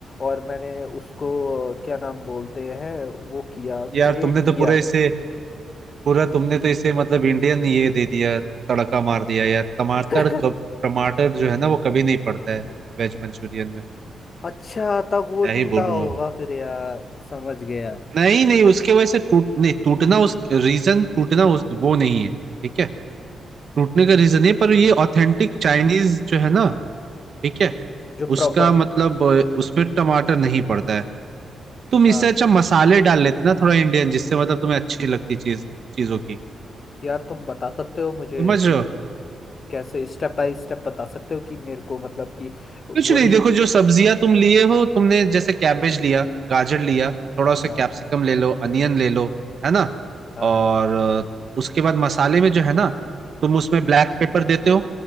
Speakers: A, on the left; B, on the right.
A: और मैंने उसको अ, क्या नाम बोलते हैं वो किया
B: यार
A: ग्रेट
B: तुमने तो
A: किया
B: पूरे इसे पूरा तुमने तो इसे मतलब इंडियन ये दे दिया तड़का मार दिया यार टमाटर
A: <laughs>
B: कब टमाटर जो है ना वो कभी नहीं पड़ता है वेज मंचूरियन में
A: अच्छा तब वो
B: क्या ही
A: टूटा
B: बोलूं
A: होगा
B: अब
A: फिर यार समझ गया
B: नहीं नहीं उसके वजह से टूट नहीं टूटना उस रीजन टूटना उस, वो नहीं है ठीक है टूटने का रीजन नहीं है, पर ये ऑथेंटिक चाइनीज जो है ना ठीक है
A: जो
B: उसका
A: प्रॉपर
B: मतलब अ, उसमें टमाटर नहीं पड़ता है तुम
A: हाँ
B: इससे अच्छा मसाले डाल लेते ना थोड़ा इंडियन जिससे मतलब तुम्हें अच्छी लगती चीज चीजों की
A: यार तुम बता सकते हो मुझे
B: समझ
A: कि
B: रहे हो
A: कैसे स्टेप बाय स्टेप बता सकते हो कि मेरे को मतलब कि वही
B: कुछ नहीं देखो जो सब्जियां तुम लिए हो तुमने जैसे कैबेज लिया गाजर लिया थोड़ा सा
A: हाँ
B: कैप्सिकम ले लो अनियन ले लो है ना
A: हाँ
B: और अ, उसके बाद मसाले में जो है ना तुम उसमें ब्लैक पेपर देते हो